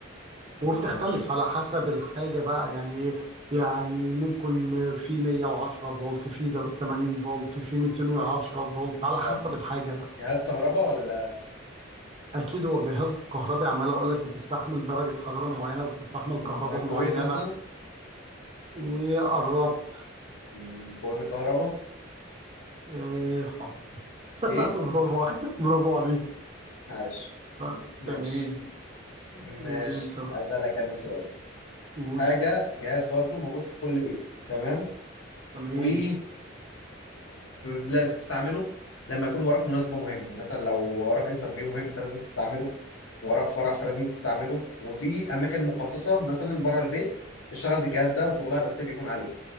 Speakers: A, on the left; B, on the right.
A: ومياش
B: وبتختلف على حسب الحاجة بقى يعني إيه؟ يعني ممكن في 110 فولت في 80 فولت في 210 فولت على حسب
A: طب
B: الحاجة بقى
A: جهاز كهرباء ولا
B: اكيد هو جهاز كهربي عمال اقول لك بتستحمل درجه حراره معينه بتستحمل
A: مم،
B: كهرباء
A: مايكروويف
B: معينه
A: مثلا
B: ايه قربت
A: مم، فرن كهرباء
B: ايه صح <laughs>
A: ايه
B: برافو عليك- برافو عليك
A: عاش
B: آه،
A: ماشي
B: تمام قول
A: ماشي
B: انت بقى.
A: هسألك انا سؤال
B: قول
A: حاجه جهاز برضو موجود في كل بيت تمام
B: تمام
A: و <clears throat> لا بتستعمله لما يكون وراك مناسبة مهمة يعني مثلا لو وراك انترفيو مهم فلازم تستعمله وراك فرح فلازم تستعمله وفي أماكن مخصصة مثلا بره البيت تشتغل بالجهاز ده وشغلها الأساسي بيكون عليه